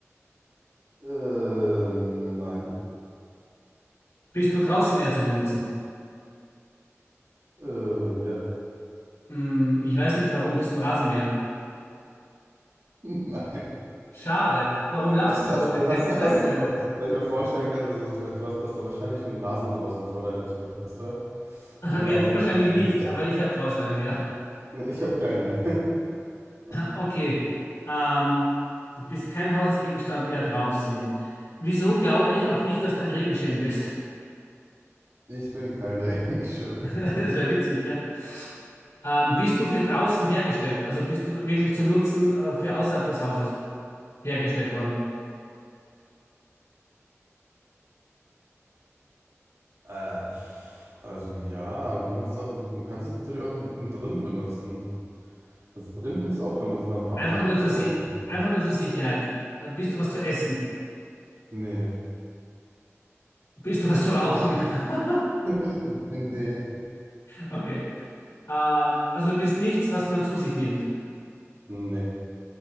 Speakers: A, on the right (about 65°); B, on the left (about 75°).
A: Äh, nein.
B: Bist du draußen eher zu benutzen?
A: Äh, ja.
B: Hm, ich weiß nicht warum. Bist du ein Rasenmäher?
A: <laughs> Nein.
B: Schade. Warum lachst
A: Hast,
B: du
A: du-
B: so?
A: hast,
B: Es
A: du, hast,
B: hätte
A: du,
B: sein
A: hast
B: können.
A: du, weil ich mir vorstellen kann, dass du, du hast, dass du wahrscheinlich einen Rasen draußen vor deiner Tür hast, oder?
B: <laughs> Aha,
A: Den
B: Ja,
A: du ab
B: du
A: und
B: wahrscheinlich
A: zu mal wehen
B: nicht,
A: musst.
B: aber ich habe draußen einen, ja.
A: Ne, Ich habe keinen. nee. <laughs>
B: Okay. Ähm, du bist kein Hausgegenstand, eher draußen. Wieso glaube ich auch nicht, dass du ein Regenschirm bist? <laughs>
A: Ich bin kein <laughs> Regenschirm.
B: Das wäre witzig, gell? Ähm, bist du für draußen hergestellt? Also bist du wirklich zum Nutzen äh, für außerhalb des Hauses hergestellt worden?
A: Äh, also ja, aber du kannst es auch, im- du kannst es natürlich auch im, im Drinnen benutzen. Also drin kannst du es auch benutzen, aber hauptsächlich
B: Einfach nur
A: für
B: zur
A: draußen.
B: Sie einfach nur zur Sicherheit. Äh, bist du was zu essen?
A: Nee.
B: Bist du was zu rauchen? <laughs>
A: <laughs> Nee.
B: Okay. Ähm, also du bist nichts, was man zu sich nimmt.
A: Nee.